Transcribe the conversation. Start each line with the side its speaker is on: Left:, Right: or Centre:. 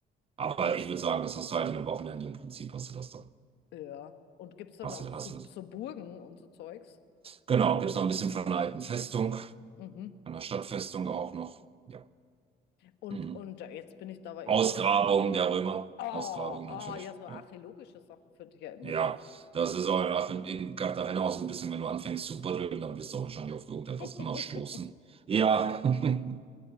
Right: Aber
Left: Und
Right: ich würde sagen, das hast du halt in einem Wochenende im Prinzip, hast du das dann.
Left: ja, und gibt es dann
Right: Hast
Left: auch
Right: du,
Left: so,
Right: hast du das.
Left: so Burgen und so Zeugs?
Right: Genau, gibt es noch ein bisschen von einer alten Festung,
Left: Mhm.
Right: einer Stadtfestung auch noch. Ja.
Left: Und,
Right: Mhm.
Left: und jetzt bin ich da aber interessiert.
Right: Ausgrabungen der Römer.
Left: Oh,
Right: Ausgrabungen
Left: oh,
Right: natürlich,
Left: ja, so archäologische
Right: ja.
Left: Sachen finde ich ja immer
Right: Ja,
Left: toll.
Right: das ist auch nach- in Cartagena auch so ein bisschen, wenn du anfängst zu buddeln, dann wirst du auch wahrscheinlich auf irgendetwas
Left: <laughs>
Right: immer stoßen. Ja. <laughs>